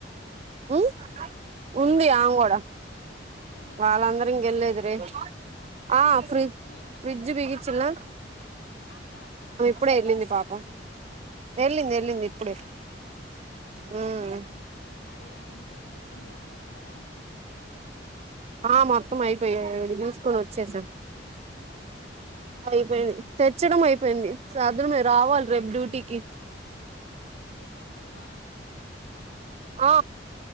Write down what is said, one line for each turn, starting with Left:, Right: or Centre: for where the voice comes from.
Right: ఉ ఉంది ఆమ్ గుడా
Left: ఫ్రీ బిచ్
Right: వాళ్లందరూ ఇంకెళ్ళేది రే ఆ ఫ్రీ
Left: మీ
Right: ఫ్రిజ్ బిగించిన
Left: అప్ప అత్తన
Right: ఉప్పుడే వెళ్ళింది పాపం వెళ్ళింది వెళ్ళింది ఇప్పుడే
Left: ఆహా
Right: ఉమ్
Left: మరి ఆ ఇంట్లోవి మొత్తం తీస్కొచ్చారా
Right: ఆ మొత్తం అయిపోయాయి కొనోచ్చేసాం
Left: ఆ
Right: అయిపోయింది తెచ్చడం అయిపోయింది సదరమే రావాల్
Left: అవునా
Right: రేపు డ్యూటీకి
Left: రేపొస్తున్నావా
Right: ఆ